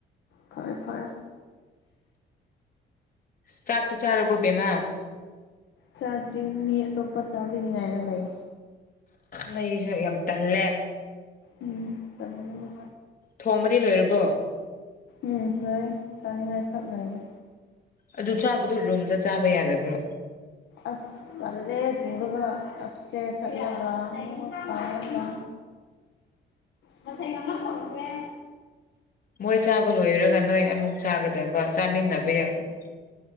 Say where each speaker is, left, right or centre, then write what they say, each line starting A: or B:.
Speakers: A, on the left; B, on the left.
A: ꯐꯔꯦ ꯐꯔꯦ
B: ꯆꯥꯛꯇꯤ ꯆꯥꯔꯕꯦ ꯕꯦꯃꯥ
A: ꯆꯥꯗꯔꯤ ꯃꯤ ꯑꯇꯣꯞꯄ ꯆꯥꯕꯒꯤ ꯉꯥꯏꯔꯥ ꯂꯩ
B: ꯃꯩꯖꯦ ꯌꯥꯝ ꯇꯜꯂꯦ
A: ꯎꯝ ꯇꯥꯟꯕꯅꯦ
B: ꯊꯣꯡꯕꯗꯤ ꯂꯣꯏꯔꯕꯣ
A: ꯎꯝ ꯂꯣꯏꯔꯦ ꯆꯥꯅꯤꯡꯉꯥꯏꯈꯛ ꯉꯥꯏꯔꯦ
B: ꯑꯗꯨ ꯆꯥꯕꯗꯨ ꯔꯨꯝꯗ ꯆꯥꯕ ꯌꯥꯗꯕ꯭ꯔꯣ
A: ꯑꯁ ꯇꯜꯂꯦ ꯄꯨꯔꯒ ꯑꯞꯁꯇꯦꯠ ꯆꯠꯂꯒ ꯑꯃꯛ ꯀꯥꯔꯒ ꯉꯁꯥꯏ ꯑꯃ ꯐꯪꯈ꯭ꯔꯦ
B: ꯃꯣꯏ ꯆꯥꯕ ꯂꯣꯏꯔꯒ ꯅꯣꯏ ꯑꯃꯨꯛ ꯆꯥꯒꯗꯕ ꯆꯥꯃꯤꯟꯅꯕ ꯌꯥꯗꯕ꯭ꯔꯣ